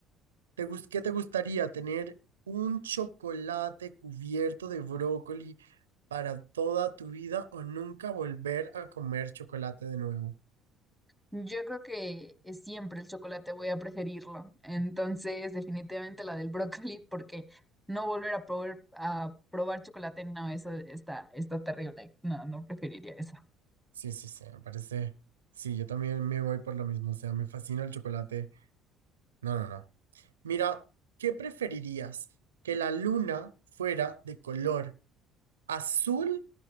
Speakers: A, on the right (about 80°); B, in the centre.
A: ¿te gus- ¿qué te gustaría? ¿Tener un chocolate cubierto de brócoli para toda tu vida o nunca volver a comer chocolate de nuevo?
B: Yo creo que eh, siempre el chocolate voy a preferirlo. Entonces, definitivamente la del brócoli, porque no volver a probar, a probar chocolate, no, eso está, está terrible. No, no preferiría eso.
A: Sí, sí, sí, me parece. Sí, yo también me voy por lo mismo, o sea, me fascina el chocolate. No, no, no. Mira, ¿qué preferirías? ¿Que la luna fuera de color azul